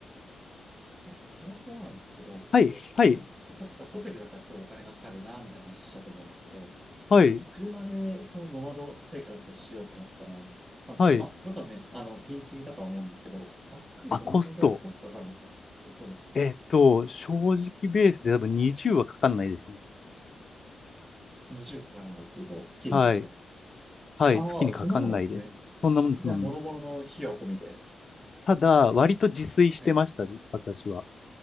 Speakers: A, on the right; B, on the left.
A: え、そもそもなんですけど、
B: はい、
A: その、
B: はい。
A: さっきさ、ホテルだったらすごいお金がかかるな、みたいな話したと思うんですけど、
B: はい、
A: 車でそのノマド生活をしようと思ったら、
B: はい。
A: あ、まあ、もちろんね、あの、ピンキリだとは思うんですけど、ざっくりどんなぐらいコストかかるんですかそ、
B: あ、コスト。
A: そうです。
B: えっと、正直ベースで多分20はかかんないですね。
A: 20かからないっていうと、月にですか
B: はい。はい。
A: ああ、
B: 月にかかんないです。
A: そんなもんなんですね。
B: そんなもんです、
A: じゃあ、
B: そんなもんです。
A: もろもろの費用込みで。
B: ただ、割と自炊してましたね、
A: はい
B: 私は。